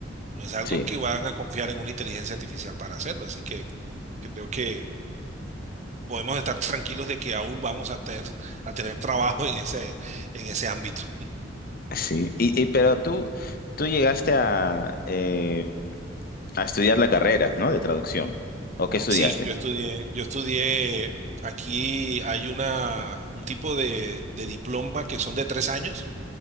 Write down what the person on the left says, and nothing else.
Sí,
sí. Y, y- pero tú, tú llegaste a, eh, a estudiar la carrera, ¿no? De traducción. ¿O qué estudiaste?